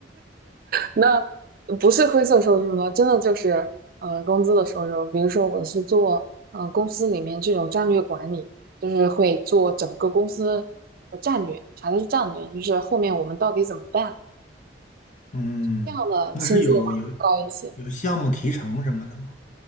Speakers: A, on the right; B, on the left.
A: 那不是灰色收入呢，真的就是呃工资的收入。比如说我是做呃公司里面这种战略管理，就是会做整个公司的战略。啥叫战略？就是后面我们到底怎么办？
B: 嗯，
A: 这样的薪资的话会高一些。
B: 那是有有有项目提成什么的吗？